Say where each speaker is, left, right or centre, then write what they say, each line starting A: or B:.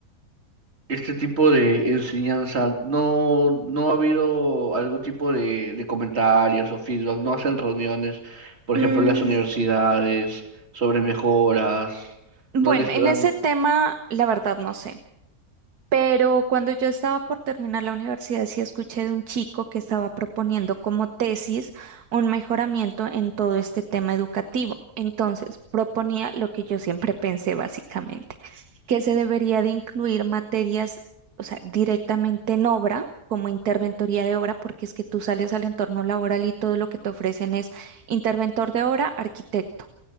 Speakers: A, on the right; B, on the right.
A: este tipo de enseñanza, no, no ha habido algún tipo de, de comentarios o feedback, no hacen reuniones, por ejemplo,
B: Mm,
A: en las universidades, sobre mejoras,
B: bueno,
A: no les
B: en
A: dan,
B: ese tema, la verdad no sé. Pero cuando yo estaba por terminar la universidad, sí escuché de un chico que estaba proponiendo como tesis un mejoramiento en todo este tema educativo. Entonces, proponía lo que yo siempre pensé básicamente, que se debería de incluir materias, o sea, directamente en obra, como interventoría de obra, porque es que tú sales al entorno laboral y todo lo que te ofrecen es interventor de obra, arquitecto